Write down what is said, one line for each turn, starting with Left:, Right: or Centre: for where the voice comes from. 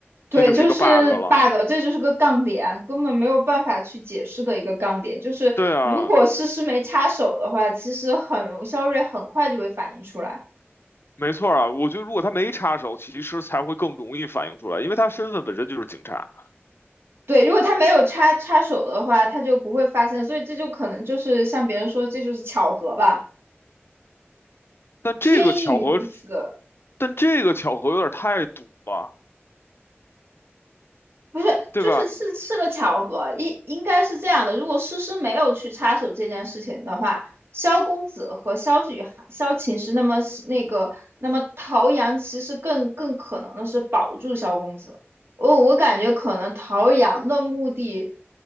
Right: 对，
Left: 这就是一个
Right: 就是
Left: bug 了。
Right: bug，这就是个杠点，根本没有办法去解释的一个杠点。就是如果诗诗没插手的话，
Left: 对啊，
Right: 其实很容肖瑞很快就会反应出来。
Left: 没错啊，我觉得如果他没插手，其实才会更容易反映出来，因为他身份本身就是警察。
Right: 对，如果他没有插插手的话，他就不会发现，所以这就可能就是像别人说，这就是巧合吧，
Left: 但这个巧合，
Right: 天意如此。
Left: 但这个巧合有点太堵了，
Right: 不是，
Left: 对吧？
Right: 就是是是个巧合，应应该是这样的。如果诗诗没有去插手这件事情的话，萧公子和萧雨涵、萧琴诗，那么那个，那么陶阳其实更更可能的是保住萧公子。我我感觉可能陶阳的目的，